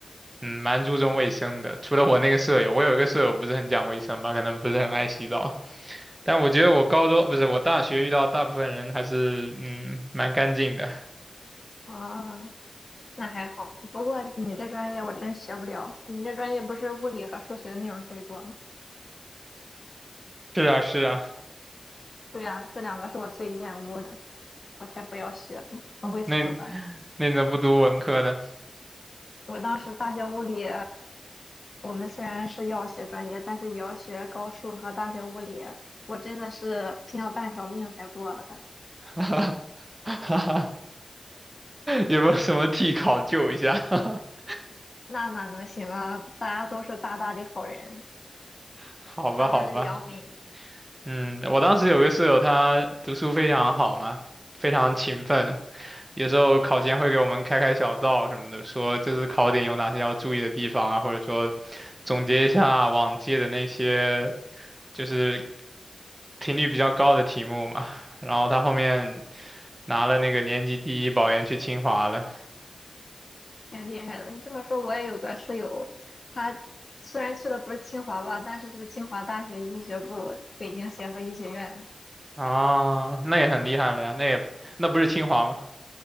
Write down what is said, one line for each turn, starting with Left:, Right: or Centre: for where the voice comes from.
Right: 嗯，蛮注重卫生的。除了我那个舍友，我有一个舍友不是很讲卫生吧，可能不是很爱洗澡。但我觉得我高中，不是，我大学遇到大部分人还是嗯蛮干净的。
Left: 啊，那还好。不过你这专业我真学不了，你这专业不是物理和数学的内容特别多吗？
Right: <laughs> 是啊，是啊，
Left: 对呀，这两个是我最厌恶的，我才不要学呢，我会死的。
Right: 那那怎么不读文科呢？
Left: 我当时大学物理我们虽然是药学专业，但是也要学高数和大学物理。我真的是拼了半条命才过了的，
Right: <laughs> 哈哈，有没有什么替考救一下？<laughs>
Left: 那哪能行啊？大家都是大大的好人，
Right: 好吧，
Left: 大大的良民，
Right: 好吧，嗯，我当时有个舍友，他读书非常好嘛，非常勤奋，有时候考前会给我们开开小灶什么的，说这次考点有哪些要注意的地方啊，或者说总结一下啊往届的那些就是频率比较高的题目嘛。然后他后面拿了那个年级第一保研去清华了
Left: 挺厉害的。你这么说，我也有个室友，他虽然去的不是清华吧，但是是清华大学医学部北京协和医学院。
Right: 啊，那也很厉害了呀，那也那不是清华吗？